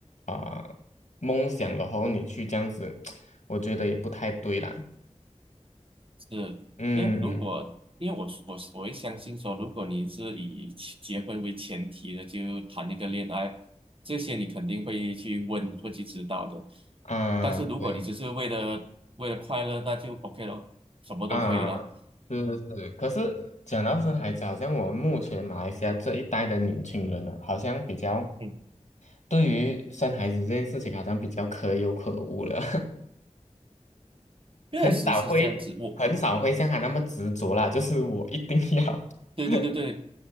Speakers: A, on the left; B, on the right.
A: 啊、梦想，然后你去这样子，<tsk> 我觉得也不太对啦。
B: 是，
A: 嗯
B: 因为如果因为我是我是我会相信说，如果你是以其结婚为前提的，就谈一个恋爱，这些你肯定会去问，会去知道的。
A: 啊，
B: 但是如果你只是为了为了快乐，
A: 对
B: 那就 OK 了，什么都可以了。
A: 啊，是是是。可是讲到生孩子，好像我们目前马来西亚这一代的年轻人呢，好像比较
B: 嗯，
A: 对于生孩子这件事情，好像比较可有可无了。
B: 确实是这样子。
A: 很少会很少会像他那么执着啦，
B: 我。
A: 就是我一定要。
B: 对对对对，
A: <laughs>